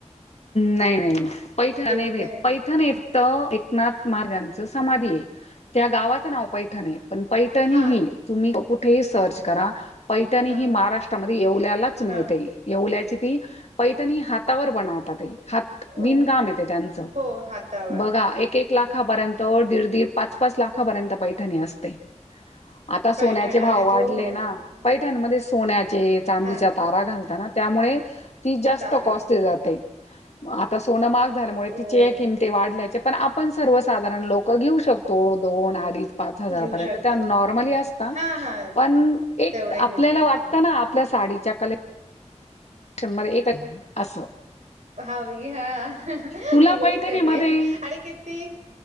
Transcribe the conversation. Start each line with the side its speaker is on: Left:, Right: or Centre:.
Left: नाही नाही पैठ नाही
Right: येवले
Left: भ पैठ. पैठण हे फक्त एकनाथ महाराजांच समाधी आहे त्या गावाचं नाव पैठण आहे. पण पैठणीही
Right: हां,
Left: तुम्ही कुठेही सर्च करा. पैठणी
Right: हां,
Left: ही महाराष्ट्रामध्ये येवल्यालाच मिळते.
Right: हां.
Left: येवल्याची ती पैठणी हात तावर बनवतात ते हात विनकाम
Right: ओ
Left: येते त्यांचं.
Right: हो हाता
Left: बघा एक एक लाखापर्यंत दीड दीड पाच पाच लाखापर्यंत पैठणी असते. आता सोन्याचे
Right: पैठण्या
Left: भाव
Right: आहेत.
Left: वाढले
Right: हो, हो.
Left: ना.
Right: ते तर.
Left: पैठणी यांमध्ये सोनचे चांदीच्या
Right: हां.
Left: तारा घालताना त्यामुळे ती जास्त
Right: तारा.
Left: कॉस्टली जाते. आता सोनं माग झाल्यामुळे
Right: ओ.
Left: तिचे किमती वाढल्याचे पण आप आपण सर्वसाधारण लोक घेऊ शकतो दोन अडीच पाच हजारा
Right: घेऊ
Left: पर्यंत
Right: शकता
Left: त्या नॉर्मली असता.
Right: हा हा
Left: पण एक
Right: तेवढे
Left: आपल्याला
Right: घेऊ शकतो.
Left: वाटत ना आपल्या साडीच्या कले लेक्शन मध्ये एक तरी असो.
Right: हवी हा.
Left: तुला
Right: ही गोष्ट
Left: पैठणी
Right: करीय.
Left: मध्ये
Right: आणि किती.